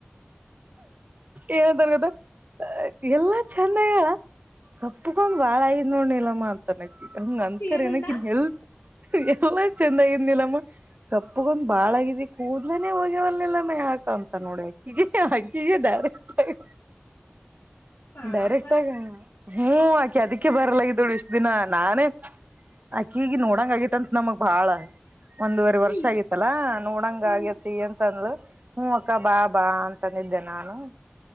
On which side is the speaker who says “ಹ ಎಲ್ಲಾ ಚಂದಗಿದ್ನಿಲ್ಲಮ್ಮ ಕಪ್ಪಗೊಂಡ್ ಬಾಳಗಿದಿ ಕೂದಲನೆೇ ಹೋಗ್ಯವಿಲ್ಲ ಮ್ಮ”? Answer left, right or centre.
Right